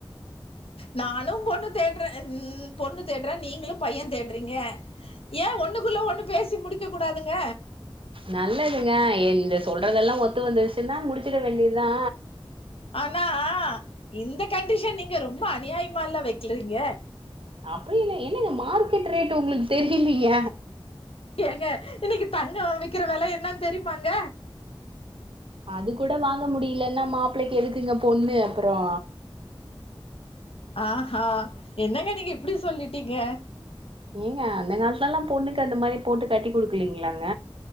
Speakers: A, on the left; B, on the right.
A: நானு பொண்ணு தேடுறே ம் பொண்ணு தேடுறே நீங்களு பைய தேடுறீங்க ஏ ஒண்ணுக்குள்ள ஒண்ணு பேசி முடிக்க கூடாதுங்க
B: நல்லதுங்க இந்த சொல்றதெல்லா ஒத்து வந்துருச்சுன்னா முடிச்சிட வேண்டியதுதா
A: ஆனா இந்த கண்டிஷன் நீங் நீங்க ரொம்ப அநியாயமா ல்ல வைக்கிறீங்க
B: அப்டி இல்ல என்னங்க மார்க்கெட் ரேட் உங்களுக்கு தெரியலீங்க
A: ஏங்க இன்னைக்கு தங்க விக்கிற வெல என்னன்னு தெரியுமாங்க
B: அது கூட வாங்க முடியலன்னா மாப்பிள்ளைக்கு எதுக்குங்க பொண்ணு அப்புறோ
A: ஆஹ்ஹா என்னங்க நீங்க இப்படி சொல்லிட்டீங்க
B: ஏங்க அந்த காலத்துலல்லா பொண்ணுக்கு அந்த மாதிரி போட்டு கட்டி குடுக்கலீங்களாங்க